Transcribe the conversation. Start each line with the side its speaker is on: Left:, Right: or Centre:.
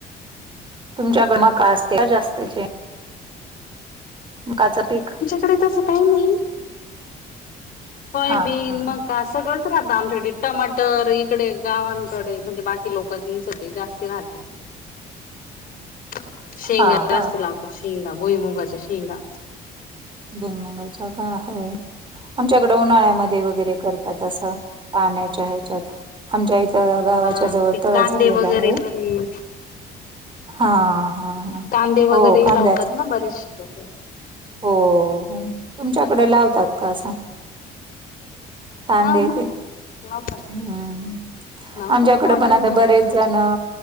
Right: तुमच्या कडे मका असते का जास्तची? मकाचं पीक.
Left: इकडे तस काही नाही. सोयाबीन
Right: हा हा हा
Left: म का, सगळंच राहतं आमच्याकडे. टमाटर इकडे गावांकडे म्हणजे बाकी लोकचं इथ ते जास्ती राह <unintelligible> शेंगा
Right: हा का
Left: जास्त लावतात शेंगा. भुई मुगाच्या शेंगा.
Right: भुईमूगाच्या का हवे आमच्याकडं उन्हाळ्यामध्ये वगैरे करतात असं. पाण्याच्या ह्याच्यात. आमच्या इथं गावाच्या
Left: हा
Right: जवळ
Left: ते
Right: तळ
Left: कांदे
Right: झालेलं
Left: वगैरे
Right: आहे.
Left: पण
Right: हा हा.
Left: कांदे
Right: हो
Left: वगैरे
Right: कांद्याच.
Left: लावतात ना बरेचसे लोक
Right: हो तुमच्याकडे लावतात का अस? कांदे
Left: हा मग
Right: ते?
Left: लावतात
Right: हम्म.
Left: लावतात
Right: आमच्याकडे
Left: कांदे
Right: पण आता
Left: ते
Right: बरेच
Left: आमच्याकडचे
Right: जण